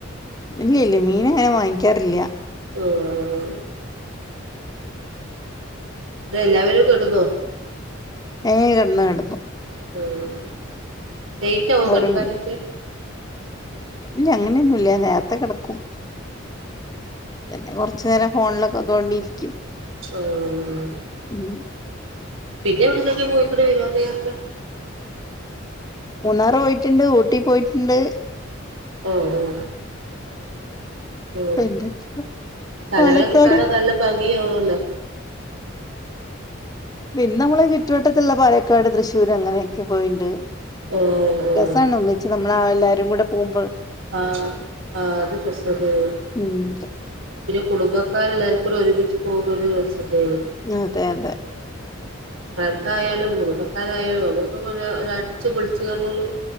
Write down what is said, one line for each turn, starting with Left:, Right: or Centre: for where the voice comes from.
Left: ഇല്ല ഇല്ല മീൻ അങ്ങനെ വാങ്ങിക്കാറില്ല.
Right: ഓഹ് ഉ എല്ലാവരും കിട്ടന്നോ?
Left: ഏയ് കിടന്നു കിടന്നു.
Right: ഉം ലേറ്റ് അവോ
Left: അവരും
Right: കിടക്കാൻ ഒക്കെ
Left: ഇല്ല അങ്ങനെ ഒന്നും ഇല്ല നേരത്തെ കിടക്കും പിന്നെ കൊറച്ച് നേരം ഫോണില് ഒക്കെ തോണ്ടിയിരിക്കും
Right: ആഹ്
Left: ഉം
Right: പിന്നെ എവിടെകൊക്കേയാ പോയിരിക്കണെ വിനോദ യാത്ര
Left: മൂന്നാർ പോയിട്ടുണ്ട് ഊട്ടി പോയിട്ടുണ്ട്
Right: ഒ ഓ ഓ
Left: പിന്നെ
Right: സ്ഥലങ്ങള്
Left: പാലക്കാട്
Right: ഒക്കെ കാണാൻ നല്ല ഭംഗി കാണു അല്ലോ
Left: പിന്നെ നമ്മള ചുറ്റുവട്ടത്തുള്ള പാലക്കാട് തൃശ്ശൂര് അങ്ങനെ ഒക്കെ പോയിണ്ട്
Right: ഓഹ് ഓഹ്
Left: രസാണ് ഒന്നിച്ച് നമ്മള എല്ലാരും കുടെ പോമ്പ
Right: ആഹ് ആഹ് അത് രസോണ്ടേയൊ
Left: ഉം
Right: പിന്നെ കുടുംബക്കാര് എല്ലാരും കൂടെ ഒരുമിച്ച് പോക്കുന്നോരു രസാന്നെ ആണ്
Left: അതെ അതെ
Right: ഉ പണ്ടായാലും കുടുംബക്കാര് ആയാലും നമ്മുക്കുകൂടെ ഒന്ന് അടിച്ചു പൊളിച്ച് കൊണ്ട് ഒരു